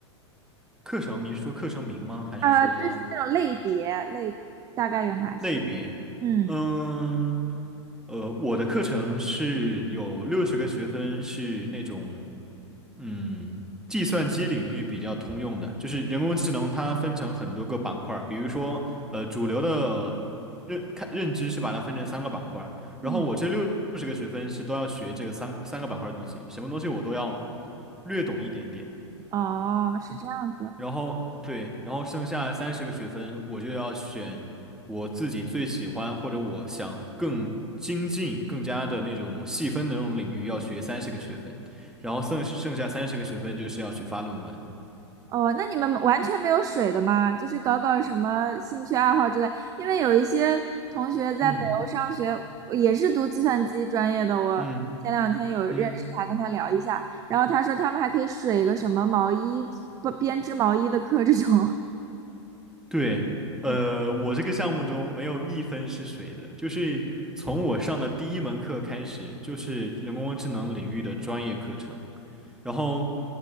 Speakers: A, in the centre; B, on the right.
A: 课程，你是说课程名吗？还是说
B: 啊，就是那种类别类，大概有哪些？
A: 类别？
B: 嗯
A: 嗯。呃，我的课程是有六十个学分，是那种嗯，计算机领域比较通用的，就是人工智能它分成很多个板块儿，比如说呃，主流的认看认知是把它分成三个板块儿，然后我这六十个学分是都要学这个三三个板块儿的东西，
B: 嗯，
A: 什么东西我都要略懂一点点。
B: 哦，是这样子。
A: 然后对，然后剩下三十个学分，我就要选我自己最喜欢或者我想更精进、更加的那种细分的那种领域，要学三十个学分，然后剩剩下三十个学分就是要去发论文。
B: 哦，那你们完全没有水的吗？就是搞搞什么兴趣爱好之类。因为有一些同学在北欧上学，
A: 嗯
B: 也是读计算机专业的。我前两天有认识他，
A: 嗯嗯，
B: 跟他聊一下，然后他说他们还可以水个什么毛衣，不编织毛衣的课这种。
A: 对，呃，
B: <laughs>
A: 我这个项目中没有一分是水的，就是从我上的第一门课开始，就是人工智能领域的专业课程。然后，